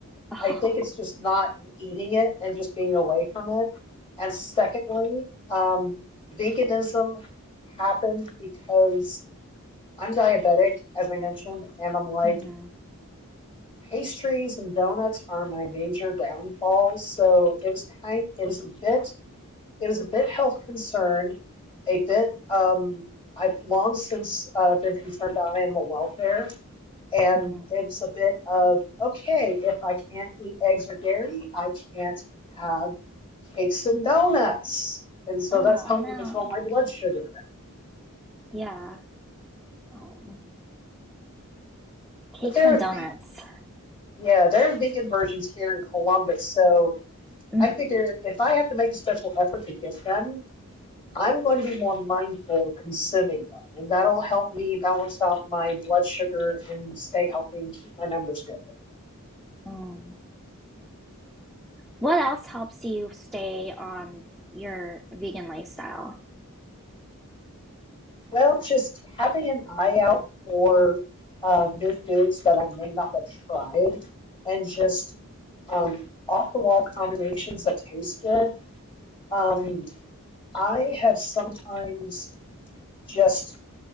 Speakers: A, in the centre; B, on the left (about 25°).
A: <laughs>
B: I think it's just
A: Oh,
B: not eating it and just being away from it. And secondly, um, veganism happened because I'm diabetic, as I mentioned, and I'm like,
A: mm-hmm,
B: pastries and donuts are my major downfalls. So it was kind, it was a bit, it was a bit health concern, a bit, um, I've long since uh, been concerned about animal welfare. And
A: mm-hmm.
B: it was a bit of, okay, if I can't eat eggs or dairy, I can't have cakes and donuts. And so
A: oh
B: that's helped
A: no,
B: me control my blood sugar.
A: yeah, oh, cakes
B: But there
A: and
B: are,
A: donuts.
B: ve- yeah, there are vegan versions here in Columbus. So
A: Mm,
B: I figure if I have to make a special effort to get them, I'm going to be more mindful of consuming them. And that'll help me balance out my blood sugar and stay healthy and keep my numbers good.
A: mm. What else helps you stay on your vegan lifestyle?
B: Well, just having an eye out for uh, new foods that I may not have tried, and just um, off-the-wall combinations that taste good. Um, I have sometimes just